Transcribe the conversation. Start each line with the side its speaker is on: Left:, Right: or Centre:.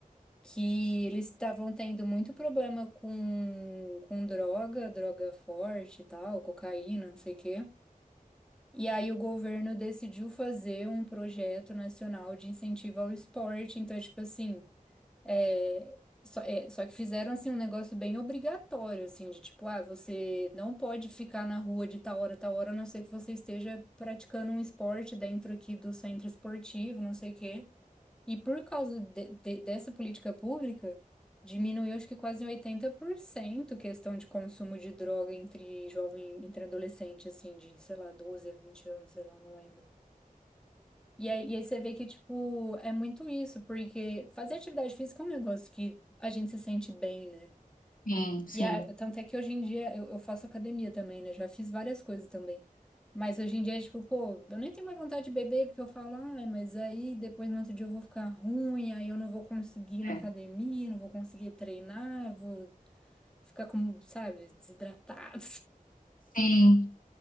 Centre: que eles estavam tendo muito problema com, com droga, droga forte e tal, cocaína, não sei o quê. E aí o governo decidiu fazer um projeto nacional de incentivo ao esporte, então, tipo assim, É, só, é, só que fizeram assim um negócio bem obrigatório, assim, de tipo, ah, você não pode ficar na rua de tal hora, a tal hora, a não ser que você esteja praticando um esporte dentro aqui do centro esportivo, não sei o quê. E por causa de- de- dessa política pública, diminuiu acho que quase em 80% questão de consumo de droga entre jovem, entre adolescente, assim, de, sei lá, 12 a 20 anos, sei lá, não lembro. E aí, e aí você vê que, tipo, é muito isso, porque fazer atividade física é um negócio que a gente se sente bem, né?
Left: Sim, sim,
Centre: E a, tanto é que hoje em dia eu, eu faço academia também, né? Já fiz várias coisas também. Mas hoje em dia é tipo, pô, eu nem tenho mais vontade de beber, porque eu falo, ai, mas aí depois no outro dia eu vou ficar ruim, aí eu não vou conseguir ir na
Left: é,
Centre: academia, não vou conseguir treinar, vou ficar como, sabe, desidratado.
Left: sim.